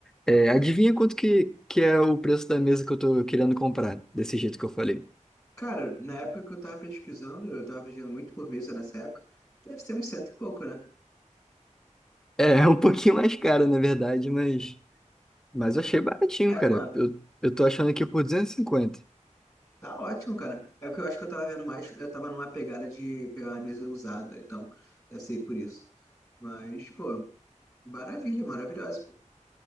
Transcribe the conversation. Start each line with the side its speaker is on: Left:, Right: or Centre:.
Centre: É, adivinha quanto que, que é o preço da mesa que eu tô querendo comprar, desse jeito que eu falei.
Left: Cara, na época que eu tava pesquisando, eu tava pesquisando muito por mesa nessa época, deve ser uns cento e pouco, né?
Centre: É, <laughs> é um pouquinho mais caro, na verdade, mas mas eu achei baratinho,
Left: É
Centre: cara.
Left: quanto?
Centre: Eu, eu tô achando aqui por 250.
Left: Tá ótimo, cara. É porque eu acho que eu tava vendo mais, eu tava numa pegada de pegar uma mesa usada, então deve ser por isso. Mas, pô, maravilha, maravilhoso.